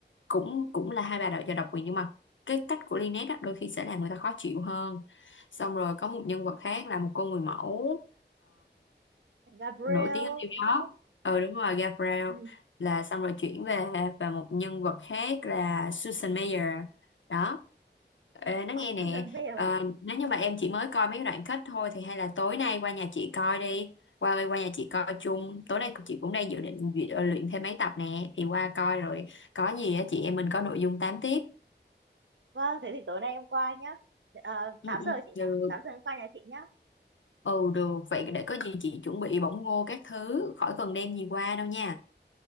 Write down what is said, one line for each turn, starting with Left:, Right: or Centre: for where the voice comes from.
Left: cũng cũng là hai bà đợi và độc quyền nhưng mà cái cách của Lynette á, đôi khi sẽ làm người ta khó chịu hơn xong rồi có một nhân vật khác là một cô người mẫu
Right: Gabriel
Left: nổi tiếng ở New
Right: đúng không?
Left: York ừ đúng rồi Gabriel
Right: Ừ.
Left: là xong rồi chuyển về và một nhân vật khác là Susan Mayer đó Ê, nó
Right: Ờ,
Left: nghe
Right: Susan
Left: nè
Right: Bell.
Left: ờ, nếu như mà em chỉ mới coi mấy đoạn kết thôi thì hay là tối nay qua nhà chị coi đi qua qua nhà chị coi chung tối nay chị cũng đang dự định duyệt- ờ, luyện thêm mấy tập nè thì qua coi rồi có gì á chị em mình có nội dung tám tiếp
Right: Vâng, thế thì tối nay em qua nhá. Ờ,
Left: ừ,
Right: 8
Left: ừ,
Right: giờ chị
Left: được
Right: nhỉ? tám giờ em qua nhà chị nhá.
Left: ừ được vậy để có gì chị chuẩn bị bỏng ngô các thứ khỏi cần đem gì qua đâu nha